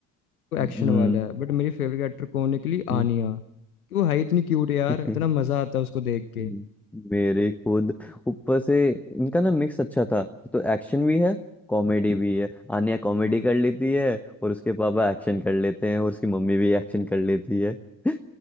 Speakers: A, on the left; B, in the centre.
A: वो
B: हम्म
A: एक्शन
B: हम्म,
A: वाला है बट मेरी फेवरेट करेक्टर कौन निकली
B: हम्म,
A: आनिया कि वो है इतनी क्यूट यार
B: <laughs>
A: इतना मजा आता है उसको देख
B: हम्म।
A: के
B: मेरे खुद ऊपर से इनका ना मिक्स अच्छा था तो एक्शन भी है कॉमेडी भी है आन्या कॉमेडी
A: हाँ
B: कर लेती है और उसके पापा एक्शन कर लेते हैं और उसकी मम्मी भी एक्शन कर लेती है <laughs>